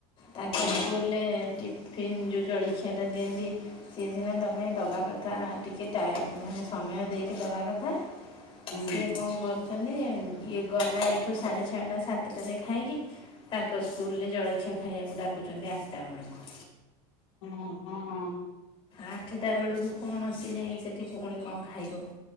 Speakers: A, on the left; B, on the left.
A: ତାଙ୍କ ସ୍କୁଲ
B: ହୁଁ
A: ସ୍କୁଲରେ ଟିଫିନ୍ ଯେଉଁ ଜଳଖିଆଟା ଦିଅନ୍ତି, ସେ ସିନା ତୁମେ ଦବା କଥା। ଟିକେ ଟାଇ ମାନେ ସମୟ ଦେଇକି ଦେବା କଥା,
B: ହୁଁ
A: କିଏ କଣ କର ଇଛନ୍ତି ଇଏ ଗଲା ଏଠୁ ସାଢ଼େ ଛଅଟା ସାତଟାରେ ଖାଇକି। ତାଙ୍କ ସ୍କୁଲ୍ ରେ ଜଳଖିଆ ଖାଇବାକୁ ଡାକୁଛନ୍ତି ଆଠଟା ବେଳକୁ।
B: ହଁ ହଁ।
A: ଆଠଟା ବେଳକୁ କଣ ସେ ଯାଇକି ସେଠି ପୁଣି କଣ ଖାଇବ?